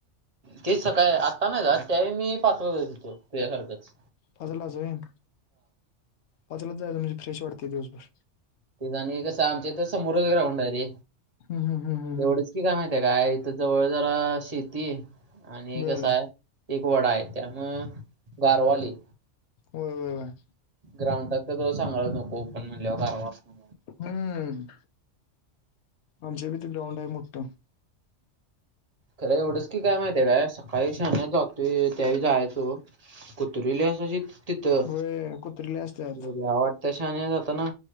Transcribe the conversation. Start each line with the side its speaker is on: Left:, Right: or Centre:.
Right: तेच सकाळी. आत्ता नाही जात. त्यावेळी मी पाचलाच जात होतो तुझ्यासारखच.
Left: पाचला जाऊयात. पाचलाच जायाच म्हणजे फ्रेश वाटते दिवसभर.
Right: ते आणि कसं आमच्या इथ समोरच ग्राउंड आहे रे,
Left: हम्म हम्म हम्म हम्म
Right: एवढच
Left: हम्म.
Right: काय माहिती आहे. काय इथ जवळ जरा शेती आणि
Left: बर
Right: कसं आहे. एक वडा आहे. त्यामुळं गारवा लई.
Left: होय होय होय.
Right: ग्राउंडात तर तो सांगायालाच नको ओपन म्हंटल्यावर गारवा असणार.
Left: हम्म, आमच्या इथ भी ग्राउंड आहे मोठ.
Right: खरं, एवढंच की काय माहिती आहे काय, सकाळी शान्या जातोय त्यावेळी जायचो. कुत्री लई असायचित तिथं,
Left: होय कुत्रीले असतात
Right: लई भ्या वाटत्या शान्या जाताना.